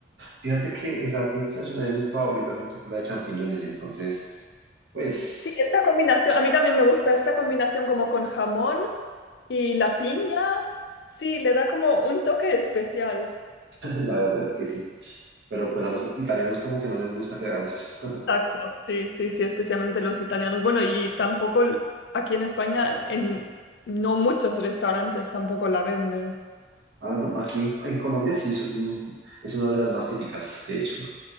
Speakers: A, on the right (about 75°); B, on the left (about 70°).
A: Fíjate que esa pizza es una de mis favoritas junto con la de champiñones, entonces, pues,
B: Sí, esta combinación, a mí también me gusta esta combinación como con jamón y la piña. Sí, le da como un toque especial.
A: <laughs> la verdad es que sí. Pero pues a los italianos como que no les gusta que hagamos eso. <laughs>
B: Exacto, sí, sí, sí, especialmente los italianos. Bueno, y tampoco l- aquí en España, en no muchos restaurantes tampoco la venden.
A: Ah, no, aquí en Colombia sí es, un- es una de las más típicas, de hecho.